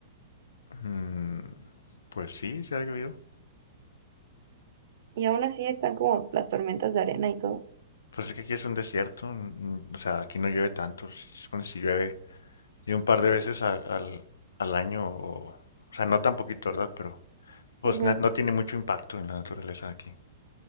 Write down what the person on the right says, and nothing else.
Y aún así están como las tormentas de arena y todo.
Ujú.